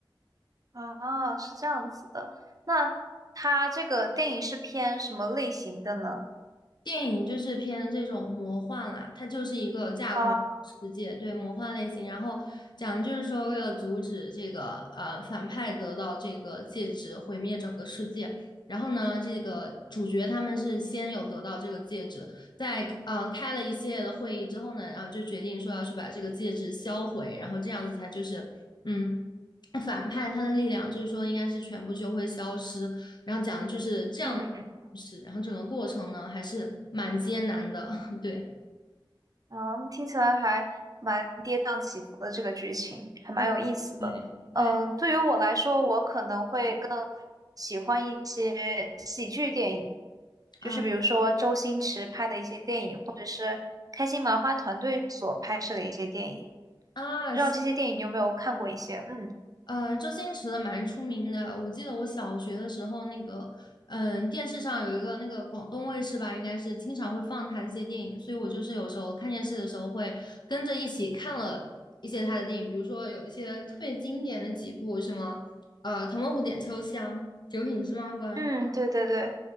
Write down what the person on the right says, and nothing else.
啊，是这样子的。那它这个电影是偏什么类型的呢？
啊，
嗯。
嗯，听起来还蛮跌宕起伏的这个剧情，还蛮有意思的。
嗯，
对于我来说，我可能会更喜欢一些喜剧电影，
就是比如说周星驰拍的一些电影，或者是开心麻花团队所拍摄的一些电影。
不知道这些电影你有没有看过一些？嗯
嗯，对对对